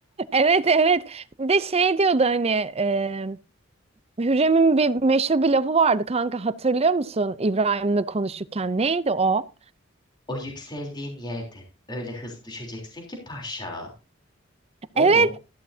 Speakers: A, on the right; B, on the left.
A: Evet evet. Bir de şey diyordu hani e, Hürrem'in bir meşhur bir lafı vardı kanka hatırlıyor musun İbrahim'le konuşurken neydi o?
B: o yükseldiğin yerden öyle hızlı düşeceksin ki paşa. O
A: Evet
B: mu?